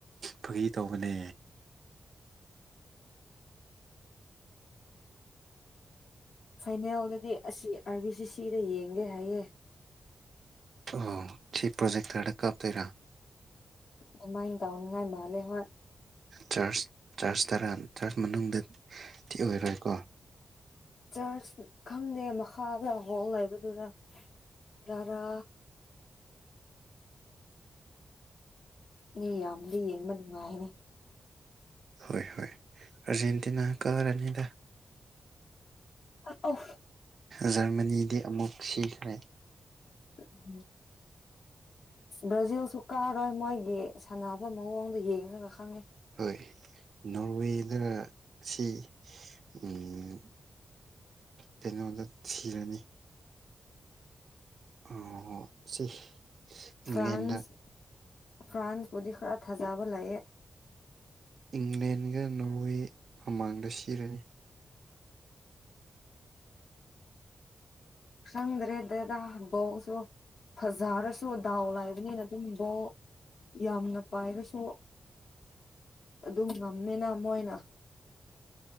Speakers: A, on the right; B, on the left.
A: ꯐꯥꯒꯤ ꯇꯧꯕꯅꯦ
B: ꯐꯥꯏꯅꯦꯜꯗꯗꯤ ꯑꯁꯤ ꯑꯥꯔꯕꯤ ꯁꯤ ꯁꯤꯗ ꯌꯦꯡꯒꯦ ꯍꯥꯏꯌꯦ
A: ꯑꯣ ꯁꯤ ꯄ꯭ꯔꯣꯖꯦꯛꯇꯔꯗ ꯀꯥꯞꯇꯣꯏꯔꯥ
B: ꯑꯗꯨꯃꯥꯏ ꯇꯧꯅꯤꯉꯥꯏ ꯃꯥꯜꯂꯦ ꯍꯣꯏ
A: ꯆꯔꯆ ꯆꯔꯆ ꯇꯔꯥ ꯆꯥꯔꯆ ꯃꯅꯨꯡꯗꯗꯤ ꯑꯣꯏꯔꯣꯏꯀꯣ
B: ꯆꯔꯆ ꯈꯪꯗꯦ ꯃꯈꯥꯗ ꯍꯣꯜ ꯂꯩꯕꯗꯨꯔ ꯗꯔꯥ ꯃꯤ ꯌꯥꯝꯃꯗꯤ ꯌꯦꯡꯕ ꯅꯨꯡꯉꯥꯏꯅꯤ
A: ꯍꯣꯏ ꯍꯣꯏ ꯑꯔꯖꯦꯟꯇꯤꯅꯥ ꯀꯔꯔꯥꯅꯤꯗ
B: ꯑꯥ ꯑꯣ
A: ꯖꯔꯃꯅꯤꯗꯤ ꯑꯃꯨꯛ ꯁꯤꯈ꯭ꯔꯦ
B: ꯎꯝ ꯕ꯭ꯔꯥꯖꯤꯜꯁꯨ ꯀꯥꯔꯣꯏ ꯃꯣꯏꯒꯤ ꯁꯥꯟꯅꯕ ꯃꯑꯣꯡꯗ ꯌꯦꯡꯉꯒ ꯈꯪꯉꯦ
A: ꯍꯣꯏ ꯅꯣꯔꯋꯦꯗ ꯁꯤ ꯎꯝ ꯀꯩꯅꯣꯗ ꯊꯤꯔꯅꯤ ꯑꯣ ꯁꯤ
B: ꯐ꯭ꯔꯥꯟꯁ
A: ꯏꯪꯂꯦꯟꯗ
B: ꯐ꯭ꯔꯥꯟꯁ ꯄꯨꯗꯤ ꯈꯔ ꯊꯥꯖꯥꯕ ꯂꯩꯌꯦ
A: ꯏꯪꯂꯦꯟꯒ ꯅꯣꯔꯋꯦ ꯃꯃꯥꯡꯗ ꯁꯤꯔꯅꯤ
B: ꯈꯪꯗ꯭ꯔꯦ ꯗꯦꯗ ꯕꯣꯜꯁꯨ ꯐꯖꯔꯁꯨ ꯗꯥꯎ ꯂꯥꯏꯕꯅꯤꯅ ꯑꯗꯨꯝ ꯕꯣꯜ ꯌꯥꯝꯅ ꯄꯥꯏꯔꯁꯨ ꯑꯗꯨꯝ ꯉꯝꯃꯦꯅ ꯃꯣꯏꯅ